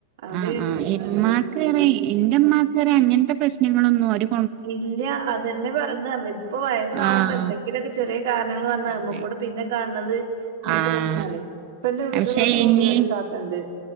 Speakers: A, on the right; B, on the right.
A: അത്
B: ആഹ് ആഹ് ഇമ്മാക്ക്റി
A: എന്ത്
B: ഇന്റെമ്മാക്കറ്യ അങ്ങൻത്തെ പ്രശ്നങ്ങളൊന്നും ഒര്
A: ഇല്ല അതന്നെ പർന്നേ ഇപ്പൊ വയസ്സാകുമ്പോ
B: ആഹ്
A: എന്തെങ്കിലുക്കെ ചെറിയ കാരണങ്ങൾ വന്നാ
B: അതന്നെ
A: നമ്മക്കൂടെ പിന്നെ കാണ്ണത് ഇങ്ങൻത്തെ
B: ആഹ്
A: പ്രശ്നാണ് ഇപ്പ എന്റെ വീട്
B: പക്ഷെ
A: തൊട്ട്
B: ഇനി
A: മുമ്പിലൊ ഒരു താത്തണ്ട്.